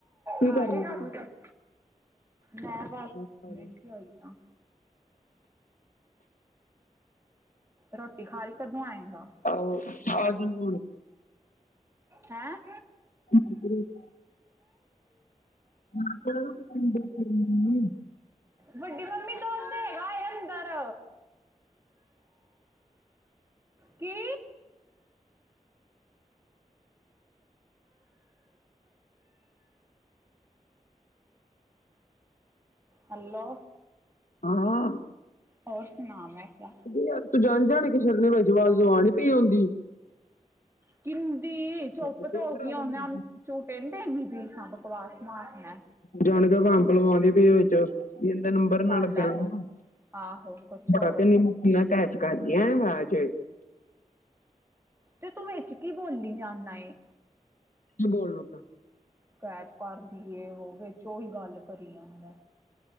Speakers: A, on the left; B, on the right.
A: ਕੀ
B: ਖਾਗੇ
A: ਕਰਨ
B: <unintelligible>
A: ਪਈ ਹੁਣ
B: ਮੈਂ ਬਸ
A: ਆਹ ਖਾ ਲਈ
B: ਮੇਥੀ ਆਈ ਸਾਂ। ਰੋਟੀ ਖਾ ਲਈ, ਕਦੋਂ ਆਏਗਾ
A: ਆਹੋ <unintelligible>
B: ਹੈਂ
A: <inaudible> <inaudible>
B: ਵੱਡੀ ਮੰਮੀ ਦੁਧ ਹੈਗਾ ਏ ਅੰਦਰ ਕੀ? ਹੈਲੋ
A: ਹਾਂ ਹੋਰ
B: ਹੋਰ ਸੁਣਾ ਮੈਂ ਕਿਹਿਆ।
A: ਯਾਰ ਤੂੰ ਜਾਣ-ਜਾਣ ਕਿ ਸ਼ਰਨੇ ਵਿੱਚ <unintelligible> ਪਈ ਆਉਂਦੀ।
B: ਕਿੰਦੀ
A: ਤੂੰ
B: ਚੁੱਪ ਤਾਂ
A: ਇੱਧਰ
B: ਹੋ ਗੀ
A: ਆ
B: ਹੁਣ
A: ਜਾ ਮੁੜ
B: ਝੂਟੇ ਨੀ ਦੇਨੀ ਪੀ ਸਾ ਬਕਵਾਸ ਮਾਰਨਾ।
A: ਜਾਣ ਕੇ ਬੰਪ ਲਗਵਾਉਂਦੀ ਪਈ ਹ ਵਿੱਚ ਇਹਦਾ ਨੰਬਰ
B: ਚੱਲ
A: ਨਾ ਲੱਗਣ
B: ਐਥੋਂ
A: ਨਾ।
B: ਆਹੋ ਕੁੱਛ ਹੋ
A: <inaudible>
B: ਤੇ ਤੂੰ ਵਿੱਚ ਕੀ ਬੋਲੀ ਜਾਨਾ ਏ।
A: ਜੀ ਬੋਲੇ ਬੋ
B: ਕੈਚ ਕਰਦੀ ਏ ਉਹ ਵਿੱਚ ਉਹ ਹੀ ਗੱਲ ਕਰੀ ਜਾਂਦਾ।